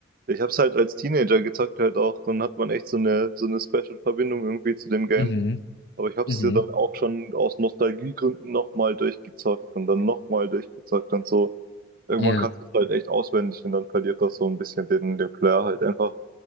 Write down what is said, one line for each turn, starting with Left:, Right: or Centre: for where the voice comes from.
Right: Ich hab's halt als Teenager gezockt halt auch. Dann hat man echt so eine, so eine Special Verbindung irgendwie zu dem Game.
Left: Mhm.
Right: Aber ich habe
Left: Mhm.
Right: es dir dann auch schon aus Nostalgiegründen nochmal durchgezockt und dann nochmal durchgezockt und so. Irgendwann
Left: Ja.
Right: kannst du es halt echt auswendig und dann verliert das so ein bisschen den, den Flair halt einfach.